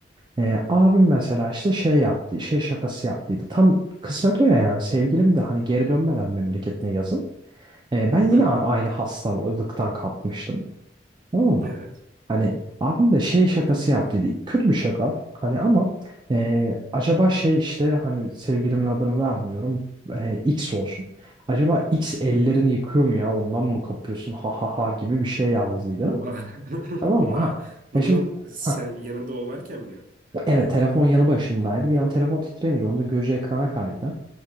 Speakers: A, on the right; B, on the right.
A: Ee, abim mesela işte şey yaptı, şey şakası yaptıydı. Tam kısmet o ya yani sevgilim de hani geri dönmeden memleketine yazın. Ee, ben yine
B: Hı hı.
A: a- aynı hastalıktan kapmıştım. Tamam
B: Evet.
A: Hani abim de şey şakası yaptıydı. Kötü bir şaka. Hani ama e, acaba şey işte hani sevgilimin adını vermiyorum. E, X olsun. Acaba X ellerini yıkıyor mu ya ondan mı kapıyorsun ha ha ha gibi bir şey yazdıydı.
B: Oha. <laughs>
A: Tamam
B: Oha.
A: mı ha?
B: Bunu
A: Ya şimdi
B: sen
A: ha,
B: yanında o varken mi yaptın?
A: evet telefon yanı başımdaydı. Bir an telefon titreyince onun da gözü ekrana kaydı.